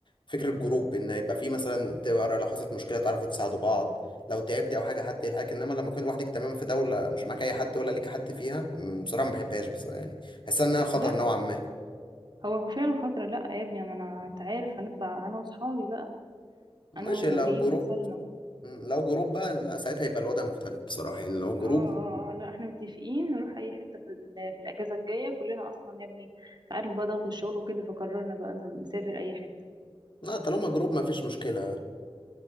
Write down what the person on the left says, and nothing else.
فكرة جروب إن يبقى في مثلا تبقى لو حصلت مشكلة تعرفوا تساعدوا بعض لو تعبتي أو حاجة حد يلحقك إنما لما تكون لوحدك تمام في دولة مش معاك أي حد ولا ليك حد فيها م، بصراحة ما بحبهاش بس يعني بحس إنها خطر
نوعا ما
ماشي
لو جروب
م، لو جروب بقى لا ساعتها يبقى الوضع مختلف بصراحة يعني لو جروب
لا طالما جروب ما فيش مشكلة